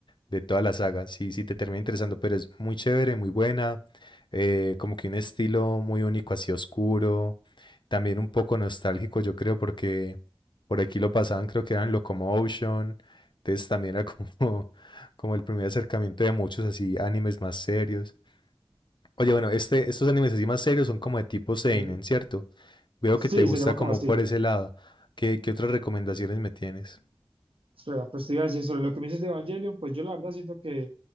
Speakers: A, on the left; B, on the right.
A: de toda la saga. si si te termina interesando, pero es muy chévere, muy buena. eh, como que un estilo muy único, así oscuro. También un poco nostálgico, yo creo, porque por aquí lo pasaban, creo que eran Locomotion. Entonces también era como, <laughs> como el primer acercamiento de muchos así animes más serios. Oye, bueno, este, estos animes así más serios son como de tipo seinen,
B: ¿sí?
A: ¿cierto? Veo
B: Sí,
A: que te gusta
B: se llama
A: como
B: como así.
A: por ese lado. ¿Qué, qué otras recomendaciones me tienes?
B: Espera, pues te iba a decir sobre lo que me dices de Evangelion, pues yo la verdad siento que,